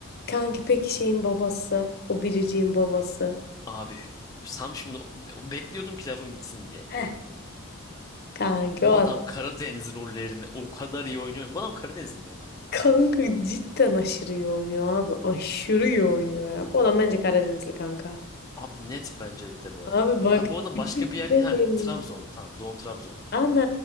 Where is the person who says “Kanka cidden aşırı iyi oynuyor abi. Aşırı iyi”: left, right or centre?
Left